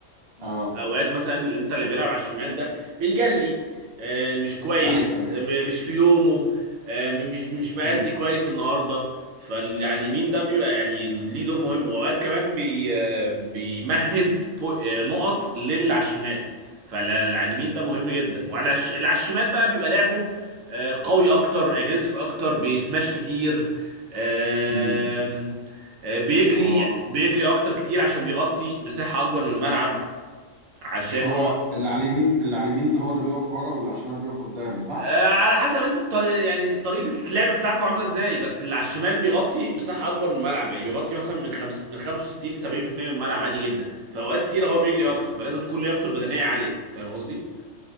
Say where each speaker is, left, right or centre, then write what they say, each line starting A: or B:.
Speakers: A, on the right; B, on the right.
A: اه
B: اوقات مثلا اللي انت اللي بيلعب على الشمال ده بيجلي آه، مش كويس
A: ايوه ايوه
B: آه، م- مش في يومه آه، م- مش مش مأدي
A: امم
B: كويس النهارده فاللي على اليمين ده بيبقى يعني ليه دور مهم واوقات كمان بي آه، بيمهد بو- آه، نقط للي على الشمال فاللي على اليمين ده مهم جدا وعلى الش- اللي على الشمال بقى بيبقى لعبه آه، قوي اكتر اجريسيف اكتر بيسماش كتير آم،
A: امم
B: آه، بيجري
A: اه
B: بيجري اكتر كتير عشان بيغطي مساحة اكبر من الملعب عشان
A: مش هو
B: هو
A: اللي على اليمين اللي على اليمين هو اللي بيقف ورا واللي على الشمال بيقف قدام صح؟
B: آه، على حسب انت الط... يعني طريقه اللعب بتاعكم عامله ازاي بس اللي على الشمال بيغطي مساحه اكبر من الملعب يعني بيغطي مثلا من خمس من 65 ل 70% من الملعب عادي جدا فاوقات كتير هو بيجري
A: مم.
B: اكتر فلازم تكون لياقته البدنيه عاليه فاهم قصدي